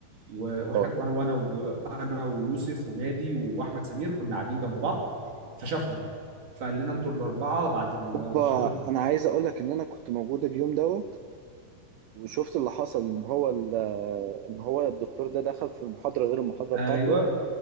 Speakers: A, on the right (about 55°); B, on the right (about 90°).
A: و- واحنا
B: اه
A: وانا وانا وانا ويوسف ونادي واحمد سمير كنا قاعدين جنب بعض فشافنا فقال لنا انتوا الاربعه بعد المحاضره
B: اوبا
A: دول
B: انا عايز اقول لك ان انا كنت موجود اليوم دوت وشفت اللي حصل ان هو ال- ان هو الدكتور ده دخل في المحاضره غير المحاضره
A: ايوه
B: بتاعته